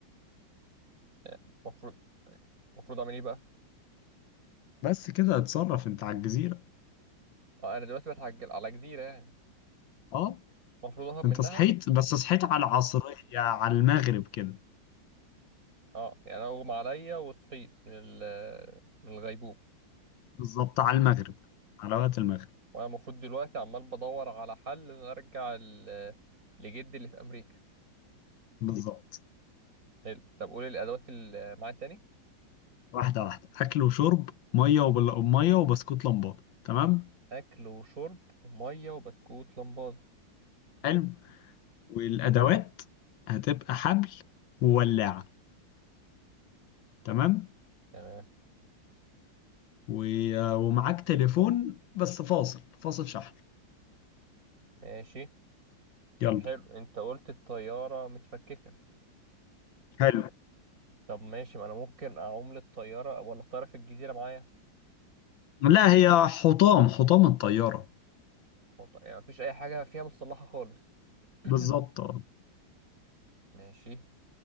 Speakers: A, on the right (about 45°); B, on the left (about 80°).
A: يعني المفروض المفروض اعمل ايه بقى
B: بس كده اتصرف انت على الجزيرة
A: اه انا دلوقتي بتعجل على جزيرة يعني
B: اه
A: المفروض اهرب منها
B: انت صحيت بس صحيت على العصرية على المغرب كده
A: اه يعني انا اغمى عليا وصحيت من ال- من الغيبوبة
B: بالظبط على المغرب على وقت المغرب
A: وانا المفروض دلوقتي عمال بدور على حل ان أنا ارجع ال- لجدي اللي في امريكا
B: بالظبط
A: حلو طب قول الادوات اللي معايا تاني
B: واحدة واحدة أكل وشرب مية وبل... مية وبسكوت لمبادة تمام
A: اكل وشرب وميه وبسكوت لمبادة
B: حلو والأدوات هتبقى حبل وولاعة تمام
A: تمام
B: و- ومعاك تليفون بس فاصل فاصل شحن
A: ماشي طب
B: يلا
A: حلو انت قلت الطياره متفككه
B: حلو
A: طب ماشي ما انا ممكن اعوم للطياره ولا الطياره في الجزيره معايا
B: لا هي حطام حطام الطيارة
A: هو ط- يعني مفيش اي حاجه فيها مصلحه خالص
B: بالظبط
A: <clears throat>
B: اه
A: ماشي